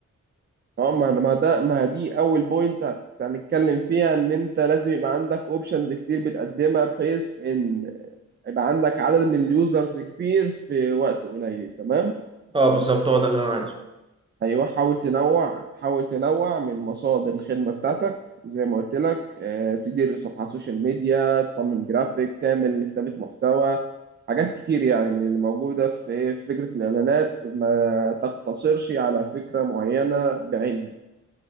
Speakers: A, on the right (about 40°); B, on the right (about 20°).
A: اه ما ما ده ما دي أول بوينت هنتكلم فيها إن أنت لازم يبقى عندك أوبشنز كتير بتقدمها بحيث إن يبقى عندك عدد من اليوزرز كبير في وقت قليل تمام؟
B: اه بالظبط هو ده اللي انا عايزه
A: ايوه حاول تنوع حاول تنوع من مصادر الخدمه بتاعتك زي ما قلت لك آه، تدير صفحات سوشيال ميديا تصمم جرافيك تعمل كتابه محتوى حاجات كتير يعني من اللي موجوده في في فكره الاعلانات ما تقتصرش على فكره معينه بعينها